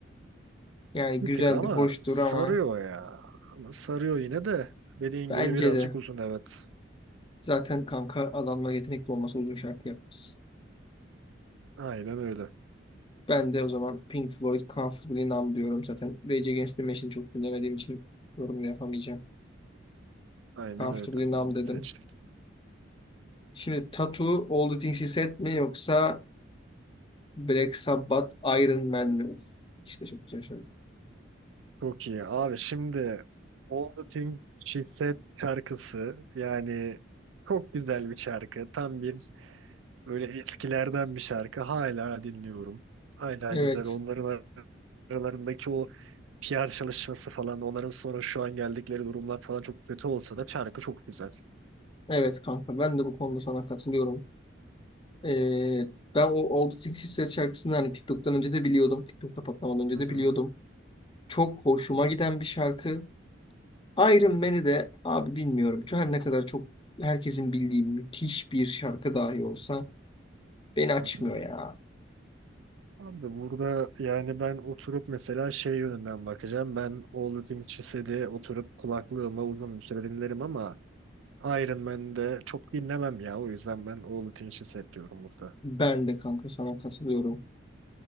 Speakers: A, on the left; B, on the right.
A: Yani
B: Bir
A: güzeldir,
B: tık ama
A: hoştur
B: sarıyor
A: ama
B: ya. Ama sarıyor yine de dediğin
A: bence
B: gibi birazcık
A: de
B: uzun evet.
A: zaten kanka adamlar yetenekli olmasa uzun şarkı yapmaz.
B: Aynen öyle.
A: Ben de o zaman Pink Floyd Comfortably Numb diyorum zaten. Rage Against the Machine'i çok dinlemediğim için yorum da yapamayacağım.
B: Aynen
A: Comfortably
B: öyle.
A: Numb dedim.
B: Seçtik.
A: Şimdi Tattoo All the Things He Said mi yoksa Black Sabbath Iron Man mi? Uf, işte çok güzel şarkı.
B: Çok iyi. Abi şimdi All the Things She Said şarkısı yani çok güzel bir şarkı. Tam bir böyle eskilerden bir şarkı. Hala dinliyorum. Hala
A: Evet.
B: güzel. Onların aralarındaki o PR çalışması falan onların sonra şu an geldikleri durumlar falan çok kötü olsa da şarkı çok güzel.
A: Evet kanka ben de bu konuda sana katılıyorum. Ee, ben o Old Sixties şarkısını hani TikTok'tan önce de biliyordum. TikTok'ta patlamadan önce
B: Hı
A: de
B: hı.
A: biliyordum. Çok hoşuma giden bir şarkı. Iron Man'i de abi bilmiyorum. Şu her ne kadar çok herkesin bildiği müthiş bir şarkı dahi olsa beni açmıyor
B: Hı hı.
A: ya.
B: Abi burada yani ben oturup mesela şey yönünden bakacağım. Ben All The Things She Said'i oturup kulaklığıma uzun bir süre dinlerim ama Iron Man'de çok dinlemem ya. O yüzden ben All The Things She Said diyorum burada.
A: Ben de kanka sana katılıyorum.